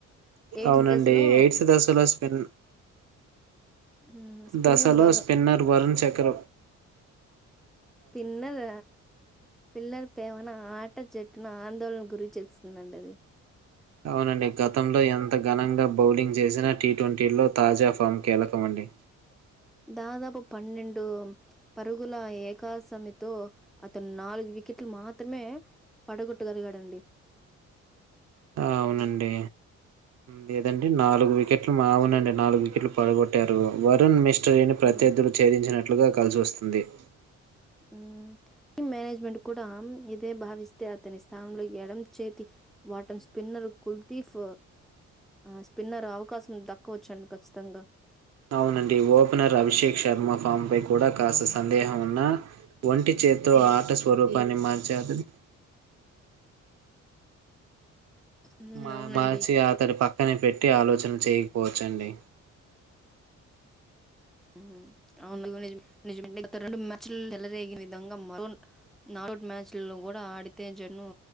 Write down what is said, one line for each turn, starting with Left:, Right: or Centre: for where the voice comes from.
Centre: ఎయిడ్స్
Right: అవునండి
Centre: దశలో
Right: ఎయిడ్స్ దశలో స్పన్
Centre: ఉమ్, స్పిన్నర్
Right: దశలో
Centre: వరు
Right: స్పిన్నర్ వరుణ్ చక్ర
Centre: స్పిన్నర్ పిల్లర్ పేవన ఆట జట్టును ఆందోళన గురి చేస్తుందండి అది
Right: అవునండి గతంలో ఎంత ఘనంగా బౌలింగ్ చేసినా టీ ట్వంటీలో తాజా ఫామ్ కీలకమండి
Centre: దాదాపు పన్నెండు పరుగుల ఏకాసమితో అతను నాలుగు వికెట్లు మాత్రమే పడగొట్టగలిగాడండి
Right: అవునండి లేదండి నాలుగు వికెట్లు అవునండి నాలుగు వికెట్లు పడగొట్టారు వరుణ్ మిస్ స్టీని ప్రత్యర్థలు
Centre: హ్మ్
Right: ఛేదినట్లు కలిసిస్తస్తుంది ఉంది
Centre: మ్మ్ టీమ్ మేనేజ్మెంట్ కూడా ఇదే భావిస్తే అతని స్థానంలో ఎడం చేతి వాటం స్పిన్నర్ కుల్తీఫ్ ఆ స్పిన్నర్ అవకాశం దక్కవచ్చండి ఖచ్చితంగా
Right: అవునండి ఓపెనర్ అభిషేక్ శర్మ ఫామ్ పై కూడా కాస్త సందేహం ఉన్నా వంటి చేతో ఆట స్వరూపాన్ని మార్చేత్తది
Centre: హ్మ్.
Right: మా
Centre: అవునండి.
Right: మార్చి అతడు పక్కనే పెట్ ట్టి ఆలోచన చేయకపోవచ్చండి
Centre: <inaudible> గ రెండు మ్యాచ్ ఎలరేగే విధంగా మరో నాలుగు మ్యాచ్లో కూడా ఆడితే జన్న